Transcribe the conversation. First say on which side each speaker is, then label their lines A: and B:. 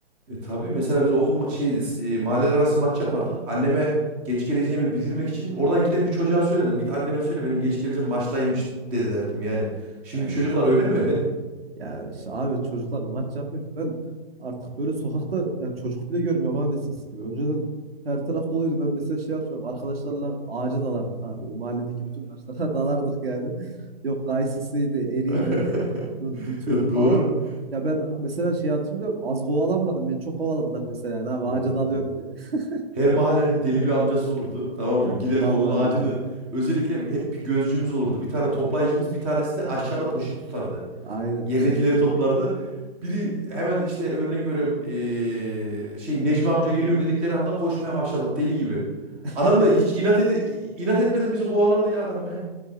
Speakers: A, in the centre; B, on the right.
A: e, tabii mesela biz okul ma- şey e, mahalleler arası maç yapardık. Anneme geç geleceğimi bildirmek için oradan giden bir çocuğa söylerdim. Git anneme söyle benim geç geleceğim maçtaymış dedi derdim yani. Şimdiki
B: Ee,
A: çocuklar öyle mi?
B: ya işte abi çocuklar maç yapmıyor ki. Ben artık böyle sokakta yani çocuk bile görmüyorum abi eskisi gibi. Önceden her taraf doluydu. Ben mesela şey hatırlıyorum. Arkadaşlarla ağaca dalardık abi. Böyle mahalledeki bütün ağaçlara <laughs> dalardık yani. Yok kayısısıydı, eriydi.
A: <laughs>
B: Dutuydu
A: Ya doğru.
B: falan. Ya ben mesela şey hatırlıyorum. Az kovalanmadım. Beni çok kovaladılar mesela. Yani abi
A: Oo.
B: ağaca dalıyorum diye. <laughs>
A: Her mahallenin deli bir amcası olurdu. Tamam
B: Ya
A: mı? Giderdik
B: vallahi
A: onun ağacını.
B: öyle abi.
A: Özellikle hep bir gözcümüz olurdu. Bir tane toplayıcımız, bir tanesi de aşağıda poşet tutardı.
B: Aynen.
A: Yerdekileri toplardı. Biri hemen işte örnek veriyorum eee, şey Necmi amca geliyor dedikleri anda koşmaya başladık deli gibi.
B: <laughs>
A: Adam da hiç inat, ede, inat etmeden bizi kovalardı ya adam ya.